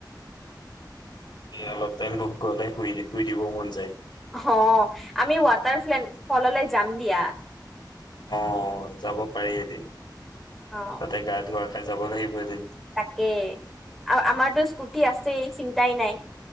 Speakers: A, on the left; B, in the centre.
A: এ অলপ টাইম দুখ গ'লে শুই শুই দিবও মন যায়
B: হ আমি ৱাটাৰ ফ্লে ফললৈ যাম দিয়া
A: অ যাব পাৰি এদিন
B: অ
A: তাতে গা ধুৱা খাই যাব লাগিবৈ দিম
B: তাকে আৰু আমাৰতো স্কুটি আছেই চিন্তাই নাই